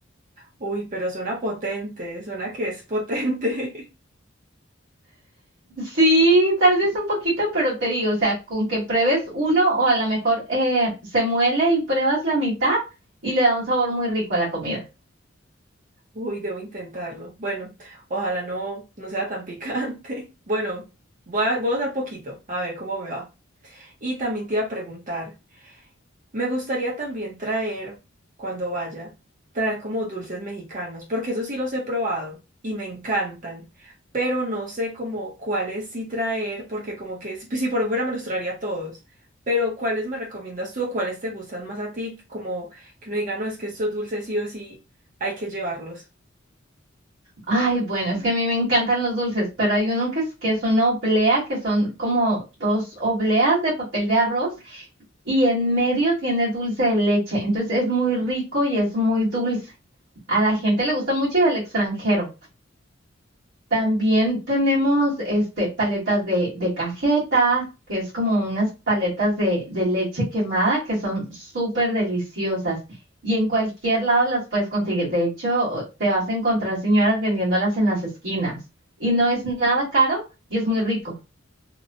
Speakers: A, on the right; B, on the right.
A: uy, pero suena potente, suena que es potente. <laughs>
B: Sí, tal vez un poquito, pero te digo, o sea, con que pruebes uno o a lo mejor eh, se muele y pruebas la mitad y le da un sabor muy rico a la comida.
A: Uy, debo intentarlo. Bueno, ojalá no, no sea tan picante. <laughs> Bueno, voy a, voy a usar poquito, a ver cómo me va. Y también te iba a preguntar, me gustaría también traer, cuando vaya, traer como dulces mexicanos, porque eso sí los he probado y me encantan, pero no sé como cuáles sí traer, porque como que si, si por fuera me los traería todos. Pero ¿cuáles me recomiendas tú o cuáles te gustan más a ti? Como que uno diga, no, es que estos dulces sí o sí hay que llevarlos.
B: Ay, bueno, es que a mí me encantan los dulces, pero hay uno que es, que es una oblea, que son como dos obleas de papel de arroz y en medio tiene dulce de leche. Entonces es muy rico y es muy dulce. A la gente le gusta mucho y al extranjero. También tenemos este, paletas de, de cajeta, que es como unas paletas de, de leche quemada que son súper deliciosas y en cualquier lado las puedes conseguir. De hecho, o- te vas a encontrar señoras vendiéndolas en las esquinas y no es nada caro y es muy rico.